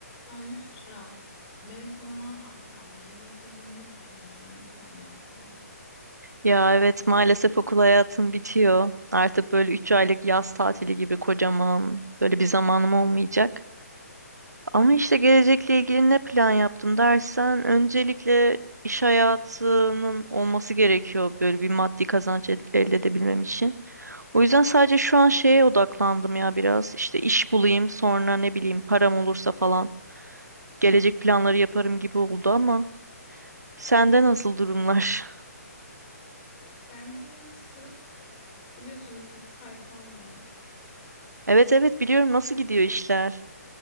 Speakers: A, on the left; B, on the right.
A: Ya Yusra, mezun olmana da az kaldı. Gelecekle ilgili ne düşünüyorsun? Ne plan yaptın?
B: Ya evet maalesef okul hayatım bitiyor. Artık böyle 3 aylık yaz tatili gibi kocaman böyle bir zamanım olmayacak. Ama işte gelecekle ilgili ne plan yaptım dersen öncelikle iş hayatının olması gerekiyor böyle bir maddi kazanç ed- elde edebilmem için. O yüzden sadece şu an şeye odaklandım ya biraz. İşte iş bulayım sonra ne bileyim param olursa falan gelecek planları yaparım gibi oldu ama sende nasıl durumlar? <laughs>
A: Bende de nasıl? Biliyorsun bir takı sayfam var.
B: Evet evet biliyorum nasıl gidiyor işler?